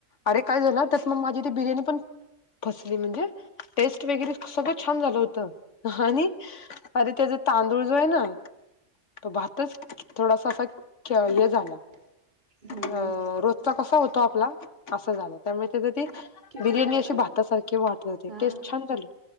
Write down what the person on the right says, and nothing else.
<unintelligible>
हम्म,
किरवसला
का
हा